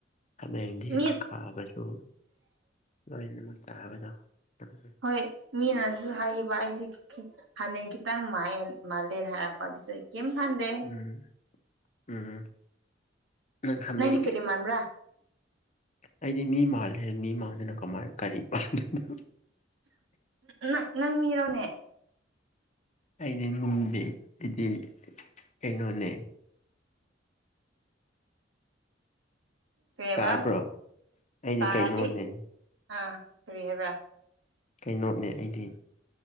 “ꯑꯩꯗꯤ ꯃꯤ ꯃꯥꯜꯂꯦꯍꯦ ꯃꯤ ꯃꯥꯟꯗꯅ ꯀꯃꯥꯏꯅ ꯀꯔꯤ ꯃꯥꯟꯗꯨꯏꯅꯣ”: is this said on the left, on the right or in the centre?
Left